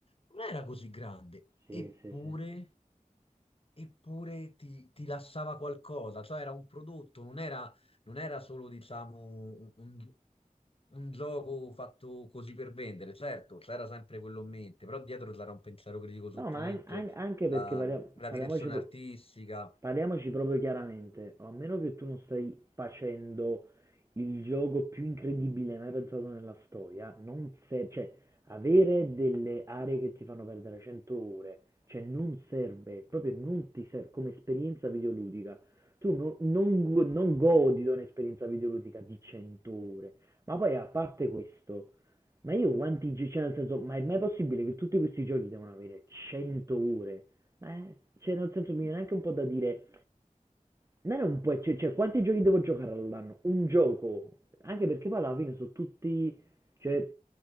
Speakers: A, on the left (about 40°); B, on the right (about 20°).
A: non era così grande,
B: sì,
A: eppure
B: sì, sì.
A: eppure ti, ti lasciava qualcosa, cioè era un prodotto, non era, non era solo, diciamo, un, un- un gioco fatto così per vendere. Certo, c'era sempre quello in mente, però dietro c'era un pensiero critico su
B: No,
A: tutto,
B: ma an- an- anche
A: la,
B: perché parliam-
A: la
B: parliamoci,
A: direzione
B: pro-
A: artistica.
B: parliamoci proprio chiaramente, a meno che tu non stai facendo il gioco più incredibile mai pensato nella storia, non serve, cioè, avere delle aree che ti fanno perdere 100 ore, cioè non serve, proprio non ti serve come esperienza videoludica. Tu non, non go- non godi di un'esperienza videoludica di 100 ore, ma poi a parte questo. Ma io quanti giochi, cioè nel senso, ma è mai possibile che tutti questi giochi devono avere 100 ore? Ma, eh, cioè nel senso mi viene anche un po' da dire, non è un po', cioè, cioè, quanti giochi devo giocare all'anno? Un gioco. Anche perché poi alla fine sono tutti, cioè,